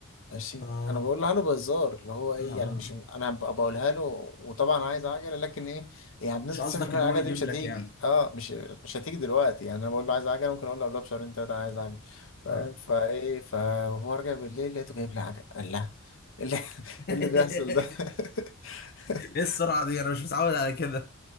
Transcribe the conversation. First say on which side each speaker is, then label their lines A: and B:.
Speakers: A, on the left (about 65°); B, on the left (about 45°).
A: ماشي
B: اه
A: انا بقولها له بهزار اللي هو ايه
B: اه
A: يعني مش
B: اه
A: انا ب- بقولها له وطبعا عايز عجله لكن ايه يعني بنسبه
B: مش قصدك
A: 90%
B: ان
A: العجله
B: هو يجيب
A: دي مش
B: لك
A: هتيجي
B: يعني
A: اه مش مش هتيجي دلوقتي يعني انا بقول له عايز عجله ممكن اقول له قبلها بشهرين ثلاثه عايز عجله فاهم؟
B: اه
A: فايه فهو رجع بالليل لقيته جايب لي عجله قال لا إيه اللي <laughs> إيه
B: <laughs>
A: اللي بيحصل ده <laughs>
B: ايه السرعة دي انا مش متعود على كده